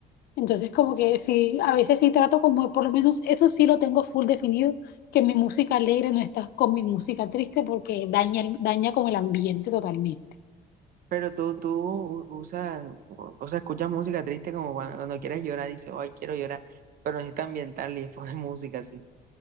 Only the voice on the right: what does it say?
Pero tú, tú u- usas, o o sea, escuchas música triste como cuando, cuando quieres llorar, dices, ay, quiero llorar, pero necesitas ambiental y pones música así.